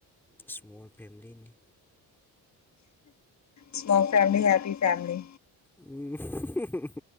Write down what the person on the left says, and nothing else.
ꯁꯃꯣꯜ ꯐꯦꯝꯂꯤ ꯍꯦꯞꯄꯤ ꯐꯝꯂꯤ